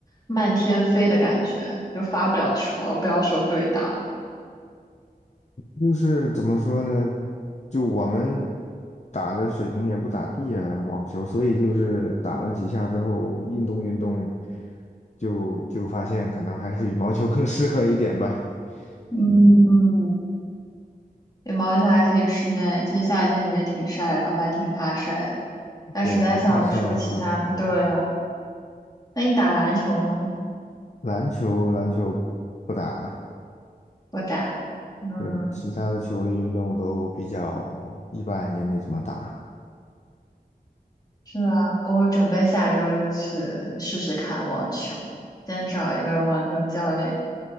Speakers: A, on the left; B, on the left.
A: 漫天飞的感觉，就发不了球，不要说对打了。
B: 就是怎么说呢，就我们打的水平也不咋地啊，网球，所以就是打了几下之后运动运动，就就发现可能还是羽毛球更适合一点吧。
A: 嗯嗯，
B: 嗯，
A: 羽毛球还可以室内，其实夏天也挺晒的，我还挺怕晒的，但实在想不出其他。
B: 对，你怕晒的话，嗯。
A: 对啊，那你打篮球吗？
B: 篮球篮球不打，
A: 我打，嗯，
B: 对，其他的球类运动都比较一般，也没怎么打。
A: 是啊，我准备下周就去试试看网球，先找一个网球教练，